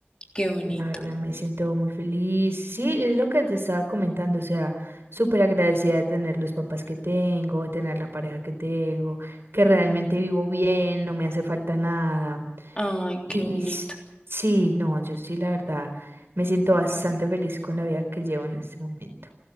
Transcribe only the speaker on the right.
La verdad me siento muy feliz. Sí, es lo que te estaba comentando, o sea, súper agradecida de tener los papás que tengo, de tener la pareja que tengo, que realmente vivo bien, no me hace falta nada.
Y
s- sí, no, yo sí la verdad me siento bastante feliz con la vida que llevo en este momento.